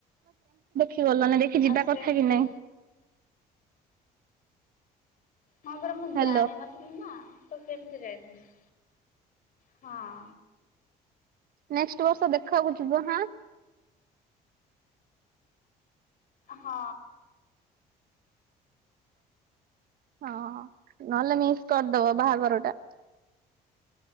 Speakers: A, on the right; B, on the left.
A: ଗଲନି ଦେଖି ଯିବା
B: ଆଉ ସେମିତି
A: କଥା କି ନାଇଁ?
B: ହଁ ପରା ମୁଁ
A: ହାଲୋ।
B: ଜାଣିନଥିଲି ନା। ତ କେମିତି ଯାଇଥାନ୍ତି? ହଁ।
A: ନେକ୍ସଟ ବର୍ଷ ଦେଖିବାକୁ ଯିବ ହଁ।
B: ହଁ।
A: ହଁ ନହେଲେ ମିସ୍ କରିଦବ ବାହାଘରଟା।